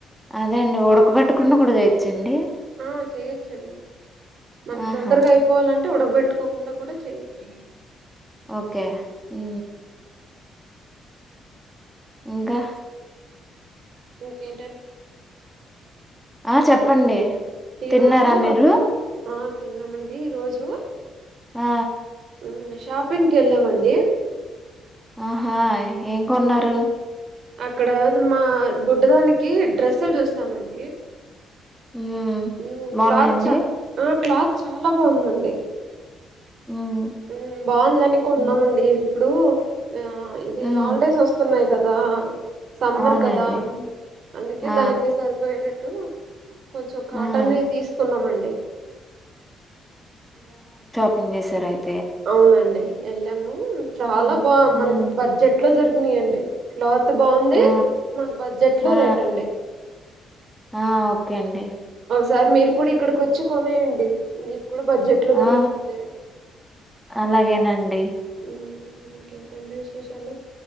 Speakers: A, in the centre; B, on the right.
A: అదే అండి ఉడకబెట్టకుండా కూడా చేయచ్చండి
B: ఆ చేయ్యొచ్చండి మనకి
A: ఆహా
B: తొందరగా అయిపోవాలంటే ఉడక్బెట్ పెట్టుకోకుండా కూడా చేయచ్చు.
A: ఓకే ఉ ఇంకా
B: ఇంకెంటండ్
A: ఆ చెప్పండి తిన్నారా
B: రోజు మా
A: మిరూ
B: ఆ తిన్నామండి ఈ రోజు
A: ఆ
B: ఉమ్ షాపింగ్కెల్లామండి.
A: ఆహా ఏం కొన్నారు?
B: అక్కడా ద్ మా బుడ్డదానికి డ్రెస్సుల్ జూస్తామండి.
A: మ్మ్
B: ఉమ్
A: బాగున్నాయండి
B: క్లాత్ చ ఆ క్లాత్ చాలా బావుందండి.
A: మ్మ్
B: ఉమ్ బావుందని కొన్నామండి.
A: మ్మ్
B: ఇప్పుడు ఆ ఇది
A: మ్మ్
B: ఆల్డేసొస్తున్నాయ్. గదా సమ్మర్
A: అవునండి
B: కదా అందుకే
A: ఆ
B: దానికి సరిపోయేటట్టూ కొంచెం కాటన్యీ
A: మ్మ్
B: తీస్కున్నామండి.
A: ఏం జేసారైత్
B: ఔనండి ఎళ్లాము చాలా
A: మ్మ్
B: బా
A: మ్మ్
B: మనకి బడ్జెట్ ట్లో దొరికినాయిండి. క్లాత్ బావుంది
A: ఆ
B: మనకి బడ్జెట్లో
A: ఆ
B: రేటండి.
A: ఆ ఒకేండి
B: సార్ మీర్కుడిక్కడికొచ్చి కొనేయండి. మీక్కుడా బడ్జెట్లో
A: ఆ
B: దొరుక్ దెరే
A: అలాగేనండి
B: ఉమ్ ఇంకేంటండి విశేషాలు